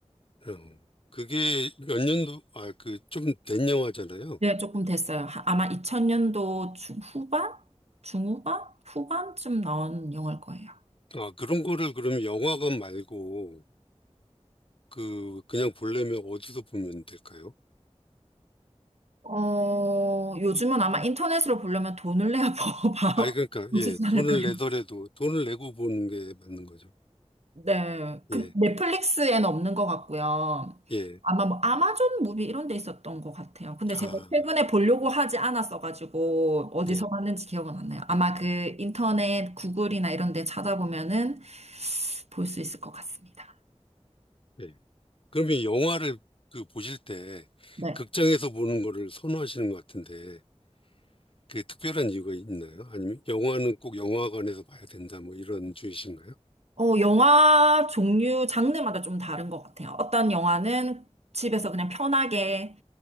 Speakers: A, on the left (about 50°); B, on the right (about 65°).
A: 어, 그게 몇 년도, 아, 그 좀 된 영화잖아요.
B: 네, 조금 됐어요. 하- 아마 2000년도 중후반? 중후반? 후반쯤 나온 영화일 거예요.
A: 아, 그런 거를 그럼 영화관 말고 그 그냥 보려면 어디서 보면 될까요?
B: 어, 요즘은 아마 인터넷으로 보려면 돈을 내야 <laughs> 봐, 봐-
A: 아, 그러니까
B: 보시지
A: 예,
B: 않을까요?
A: 돈을 내더라도 돈을 내고 보는 게 맞는 거죠.
B: 네. 그
A: 예,
B: 넷플릭스에는 없는 것 같고요.
A: 예.
B: 아마 뭐 아마존 무비 이런 데 있었던 것 같아요. 근데
A: 아,
B: 제가 최근에 보려고 하지 않았어가지고 어디서
A: 네,
B: 봤는지 기억은 안 나요. 아마 그 인터넷 구글이나 이런 데 찾아보면은 볼 수 있을 것 같습니다.
A: 예. 그러면 영화를 그 보실 때
B: 네.
A: 극장에서 보는 거를 선호하시는 것 같은데 그 특별한 이유가 있나요? 아니면 영화는 꼭 영화관에서 봐야 된다 뭐 이런 주의신가요?
B: 어, 영화 종류, 장르마다 좀 다른 것 같아요. 어떤 영화는 집에서 그냥 편하게,